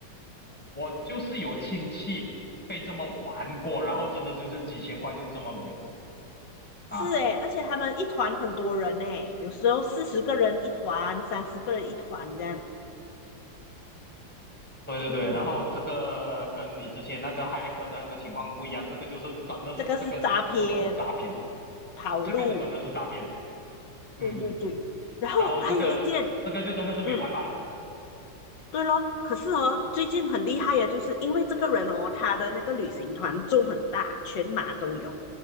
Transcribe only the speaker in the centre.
我就是有亲戚被这么玩过，然后真的是就几千块就这么没了啊！
对对对，
然后这个跟你之前那个骇客的那个情况不一样，这个就是真的是这个妥妥的诈骗，
这个就真的是诈骗，嗯，
然后这个这个就真的是没有办法了，